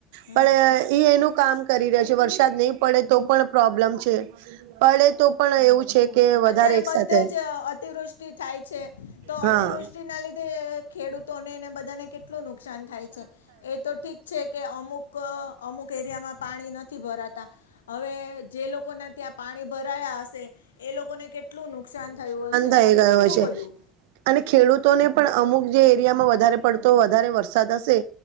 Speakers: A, on the left; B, on the right.
A: હમ
B: પણ એ એનું કામ કરી રહ્યો છે. વરસાદ નહી પડે તો પણ પ્રોબ્લેમ છે. પડે તો પણ એવું છે કે વધારે
A: અત્યારે
B: એક
A: બધે
B: સાથે
A: જ અ અતિવૃષ્ટિ થાય છે. તો
B: હા
A: અતિવૃષ્ટિ ના લીધે ખેડૂતોને ને બધાને કેટલું નુ નુકસાન થાય છે. એ તો ઠીક છે કે અમુક અમુક એરિયામાં પાણી નથી ભરાતા હવે જે લોકોના ત્યાં પાણી ભરાયા હશે એ લોકોને કેટલું નુકસાન થયું હશે.
B: થઈ
A: કેટલું
B: ગયો છે
A: બધું
B: અને ખેડૂતોને પણ અમુક જે એરિયામાં વધારે પડતો વધારે વરસાદ હશે